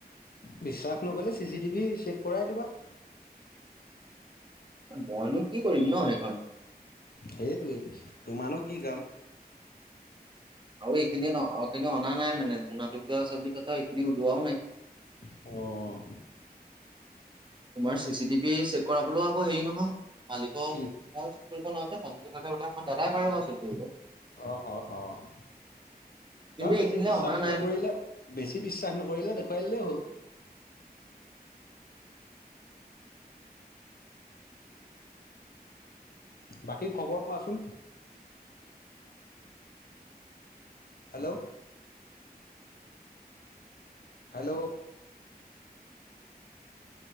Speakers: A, on the left; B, on the right.
A: বিশ্বাস নক'লে চি চি টিভি চেক কৰাই দিবা। <inaudible>
B: মইনো কি কৰিম ন সেইখন।
A: সেইটোৱেই তোমাৰো কি কাম?
B: আৰু এইখিনি অ খিনি অনা নাই মানে মনাত। জজি কছ ইিনি উলোৱাও নাই।
A: অ',
B: তোমাৰ চি চি টিভি চেক কৰালৈও আকৌ হেৰি নহয় মালিক মই
A: কি
B: চুট কৰিব নোৱাৰো যে মালিক তাতে বোলে মই দাদাই পাৰে মই চুট কৰিব।
A: অ', অ', অ',
B: কিন্তু
A: নহয় বেছি
B: এইখিনিলে
A: বিশ্বাস
B: অনা নাই
A: নকৰিলে বেছি বিশ্বাস নকৰিলে দেখুৱাই দিলেই হ'ল। বাকী খবৰ কোৱাচোন? Hello. Hello.